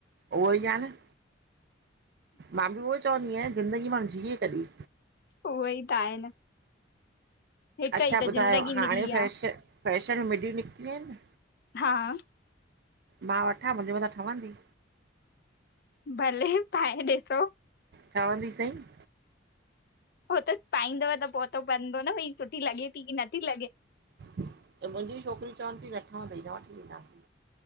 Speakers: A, on the right; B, on the left.
A: उहो ई आहे न मां बि उहो ई चवंदी आहियां ज़िंदगी मां जीए कॾहिं?
B: उह ई त आहे न। हिक
A: अच्छा
B: ई त
A: ॿुधायो
B: ज़िंदगी
A: हाणे
B: मिली
A: फैश
B: आहे
A: फैशन मिढियूं निकितियूं आहिन।
B: हा --
A: मां वठां मुंहिंजे मथां ठहंदी?
B: पहले पाए ॾिसो?
A: ठवंदी सईं --
B: हो त पाईंदव त पोइ पतो पवंदो न भई सुठी लॻे थी की नथी लॻे।
A: त मुंहिंजी छोकिरी चवन थीय नठवंदोय त न वठी वेंदास।